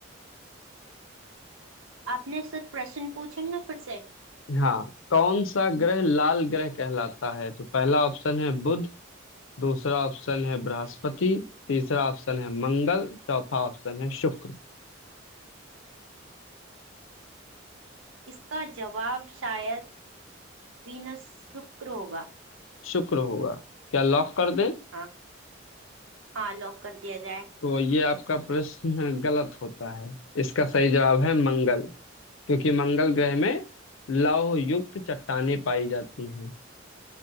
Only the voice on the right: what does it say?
आपने सर प्रश्न पूछेंगे फिर से
इसका जवाब शायद वीनस शुक्र होगा
हाँ हाँ लॉक कर दिया जाए